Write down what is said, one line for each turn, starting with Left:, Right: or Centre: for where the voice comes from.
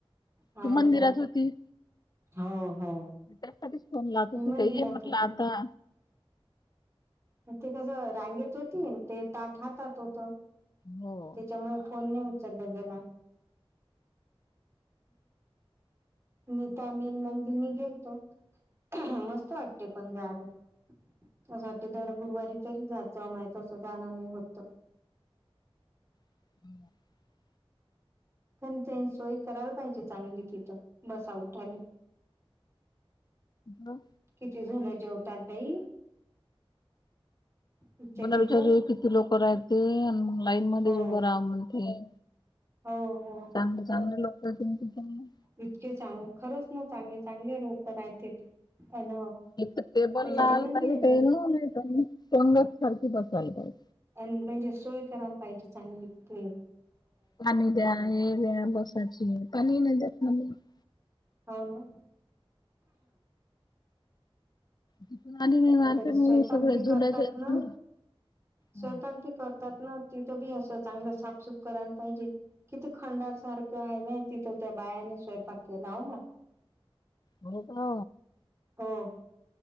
Right: हाव
Left: तू मंदिरात
Right: का
Left: होती.
Right: हो हो.
Left: त्यासाठीच फोन लागतो
Right: मी मंदिरात
Left: काही य म्हटलं
Right: होती.
Left: आता.
Right: मग ते कसं रांगेत होती, अन ते ताट हातात होतं.
Left: हो.
Right: त्याच्यामुळे फोन नाही उचलला गेला. नीता न मी मंदिरनी गेलतो. मस्त मस्त वाट्टते पण जायले. असं वाटतंय दर गुरुवारी तरी जात जा, माय असं जाणं नाही होत तर.
Left: <unintelligible>
Right: पण तेन सोय करायला पाहिजे चांगली तिथं, बसा उठाले.
Left: हा.
Right: किती झूण जेवतात बई. इथच्या
Left: मला
Right: तिथं
Left: विचारू किती लोक राहते अन मग लाईन मध्येच
Right: हो
Left: उभं राह म्हणते.
Right: हो हो.
Left: चांगल चांगल लोक असतीना तिथे.
Right: इतके चांग खरंच ना चांगले चांगले लोक राहतेत. अन
Left: एक तर टेबल
Right: म्हणजे
Left: लावायला
Right: जेवण
Left: पाहिजे
Right: बी एकदम
Left: ते न, नाहीतर मग पंगत सारखी बसावायला पाहिजे.
Right: अन म्हणजे सोय करायला पाहिजे चांगली तिथे.
Left: पाणी द्या हे द्या बसायची. पाणी नाही देत ना <unintelligible>
Right: हो ना.
Left: तिथून आली मी मार्केट
Right: बर
Left: मधून
Right: स्वयंपाक
Left: सगळे
Right: बि
Left: झुल्याच्या
Right: करतात
Left: इथून
Right: ना स्वयंपाक
Left: हा
Right: करतात ना तिथं बी असं चांगलं साफसूफ करायला पाहिजे. किती खंडार सारखं आहे माय तिथं त्या बायाने स्वयंपाक केला हो म.
Left: हेच ना
Right: हो